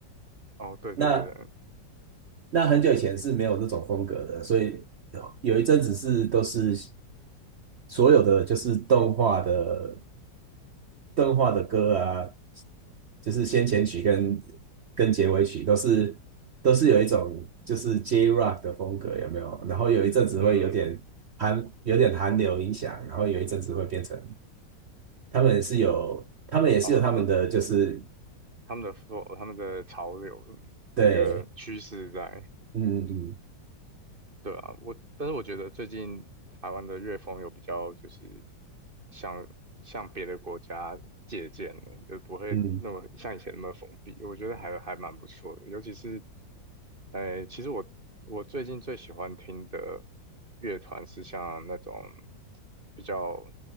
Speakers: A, on the right (about 30°); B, on the right (about 65°).
A: 哦，对对对对，
B: 那那很久以前是没有这种风格的，所以有有一阵子是都是所有的就是动画的动画的歌啊，就是先前曲跟跟结尾曲都是都是有一种就是 J Rock 的风格，有没有？然后有一阵子会有点韩有点韩流影响，
A: 嗯，
B: 然后有一阵子会变成他们是有他们也是有他们的就是
A: 哦，他们他们的 flow，他们的潮流
B: 对，
A: 一个趋势在。
B: 嗯嗯
A: 对啊，我但是我觉得最近台湾的乐风有比较就是向向别的国家借鉴的，就不会那么像以前那么封闭，
B: 嗯
A: 我觉得还还蛮不错的，尤其是。哎，其实我我最近最喜欢听的乐团是像那种比较